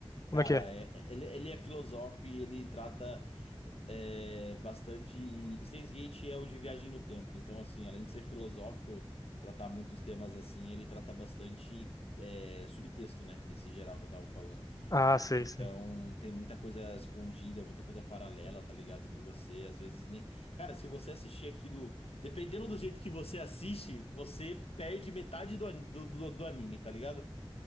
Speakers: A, on the left; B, on the left.
A: Como
B: Cara,
A: é que é?
B: é- é, ele, ele é filosófico e ele trata é, bastante. e Steins Gate é o de viagem no tempo, então, assim, além de ser filosófico, tratar muitos temas assim, ele trata bastante é, subtexto, né? Nesse geral que eu tava falando.
A: Ah, sei,
B: Então,
A: sei.
B: tem muita coisa escondida, muita coisa paralela, tá ligado? Que você às vezes nem. Cara, se você assistir aquilo, dependendo do jeito que você assiste, você perde metade do, an- do, do do anime, tá ligado?